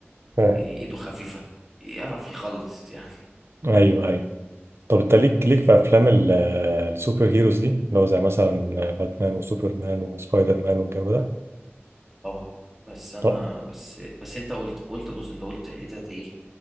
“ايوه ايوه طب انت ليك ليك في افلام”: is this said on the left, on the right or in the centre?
Right